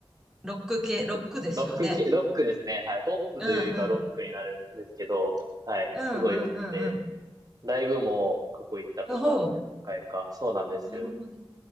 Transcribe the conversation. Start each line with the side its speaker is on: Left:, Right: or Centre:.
Centre: ロック系、ロックですよね。
Right: ちょっと、ロック系、ロックですね。はい。ポップというよりかはロックになるんですけど、
Centre: うん、うん、
Right: はい。
Centre: うん、
Right: すごい好きで、
Centre: うん、うん、
Right: ライブも過去行ったことあって何回か。
Centre: うん。ほ
Right: そうなんですよ。
Centre: う。なるほど。